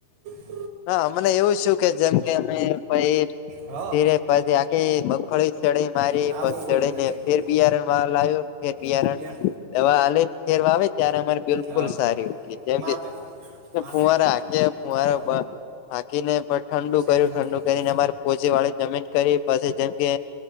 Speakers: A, on the right; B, on the left.
A: હમ <inaudible>
B: હા મને એવું શું કે જેમ કે અમે પ
A: હ
B: ધીરે પછી આખી મગફળી ચડે મારી
A: હા
B: પછ
A: હું બોલે
B: ચને
A: સચિન
B: ફેર
A: બોલો
B: બિયારણ મા લાવ્યો ફેર બિયારણ
A: બેઠા
B: દવા આલી ફેરવા આવે ત્યારે અમારે બિલકુલ
A: હા
B: સારી જેમ
A: માપે
B: કે
A: માપે માપે
B: ફુવારા આગે ફુવારા
A: હોવે
B: બ. હાકીને પણ ઠંડુ
A: શેઠ
B: કર્યું
A: નથી
B: ઠંડુ
A: હાજર
B: કરીને અમારે પોચી વાળી જમીટ કરી પછી જેમ કે